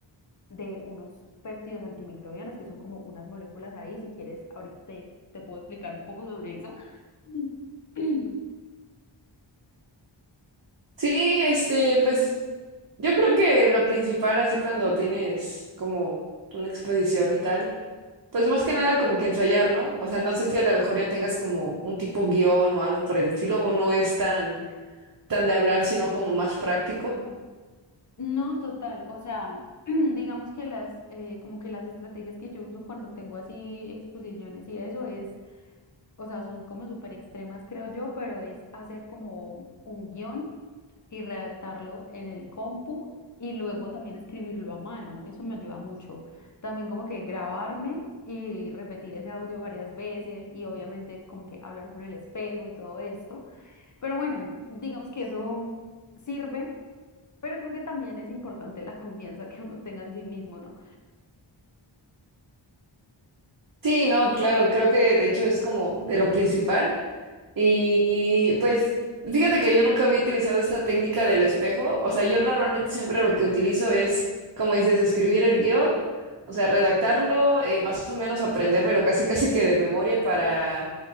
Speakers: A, on the left; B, on the right.
A: de unos péptidos antimicrobianos, que son como unas moléculas ahí. Si quieres, ahorita te, te puedo explicar un poco sobre eso. <clears throat>
B: Sí, este, pues yo creo que lo principal, así cuando tienes como una exposición y tal, pues más que nada como que ensayar, ¿no? O sea, no sé si a lo mejor ya tengas como un tipo guión o algo por el estilo, o no es tan, tan de hablar, sino como más práctico.
A: No, total, o sea, <clears throat> digamos que las, eh, como que las estrategias que yo uso cuando tengo así exposiciones y eso es o sea, son como súper extremas, creo yo, pero es hacer como un guión y redactarlo en el compu y luego también escribirlo a mano. Eso me ayuda mucho. También como que grabarme y repetir ese audio varias veces y obviamente como que hablar con el espejo y todo esto. Pero bueno, digamos que eso sirve, pero creo que también es importante la <laughs> confianza que uno tenga en sí mismo, ¿no?
B: Sí, no, claro, creo que de hecho es como de lo principal. Y, y, pues fíjate que yo nunca había utilizado esa técnica del espejo. O sea, yo normalmente siempre lo que utilizo es, como dices, escribir el guión, o sea, redactarlo, eh, más o menos aprendérmelo casi casi que de memoria para,